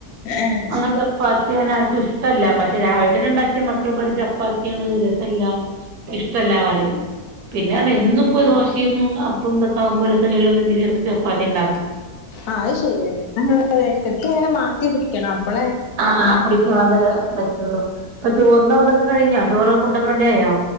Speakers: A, on the left (about 75°); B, on the right (about 75°).
A: ഏഹ്
B: അങ്ങന <unintelligible> ചപ്പാത്തിഅങ്ങനെ ആർക്കും ഇഷ്ട്ടല്ല പക്ഷെ രാവിലെ തന്നെ ഉണ്ടാക്കിയ മക്കൾ പറയു ചപ്പാത്തിയാണ് രസല്ല. ഇഷ്ട്ടല്ല പറിം പിന്നെർന്ന ഇന്നിപ്പോ ദോശിം അപ്പന്തൊക്ക ആകുമ്പോ <unintelligible> ചപ്പാത്തി ഇണ്ടാകും
A: ആഹ് അത് ശരിയ എന്ന ഇടയ്ക്കിടക്ക് ഇങ്ങനെ മാറ്റി പിടിക്കണം അപ്പളെ
B: ആ കുടിക്കാതെ പറ്റുള്ളൂ ഇപ്പ ചോറിന്റെ ഇതൊക്കെ കഴിഞ്ഞോ ചോറും ഫുഡൊക്കെ റെഡി ആയോ